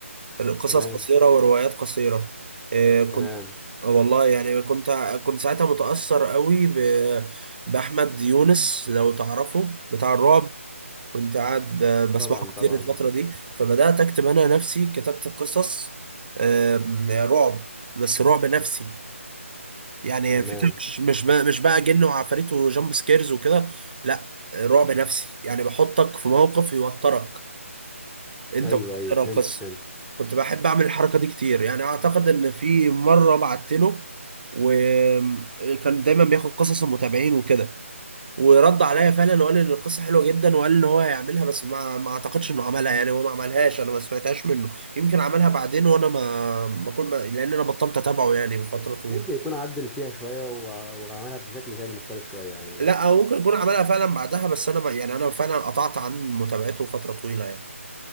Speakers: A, on the right; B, in the centre.
A: قصص
B: تمام
A: قصيره وروايات قصيره آه، كنت
B: تمام
A: آه، والله يعني كنت كنت ساعتها متاثر قوي ب- باحمد يونس لو تعرفه بتاع الرعب كنت قاعد ب- بسمعه
B: طبعا
A: كتير
B: طبعا
A: الفتره دي فبدات اكتب انا نفسي كتبت قصص آه، رعب بس رعب نفسي يعني
B: تمام
A: الفكرة مش مش بقى مش بقى جن وعفاريت وجامب سكيرز وكده لا رعب نفسي يعني بحطك في موقف يوترك انت
B: ايوه
A: وترى
B: ايوه فهمت
A: القصة
B: فهمت
A: كنت بحب اعمل الحركة دي كتير يعني اعتقد ان في مرة بعت له وكان دايما بياخد قصص المتابعين وكده ورد عليا فعلا وقال لي ان القصة حلوة جدا وقال ان هو هيعملها بس ما ما اعتقدش انه عملها يعني هو ما عملهاش انا ما سمعتهاش منه يمكن عملها بعدين وانا ما ما كل ما لان انا بطلت اتابعه يعني من فترة طويلة
B: ممكن يكون عدل فيها شويه وع- وعملها بشكل تاني مختلف شويه يعني
A: لا هو ممكن يكون عملها فعلا بعدها بس انا ما يعني انا فعلا قطعت عن متابعته فتره طويله يعني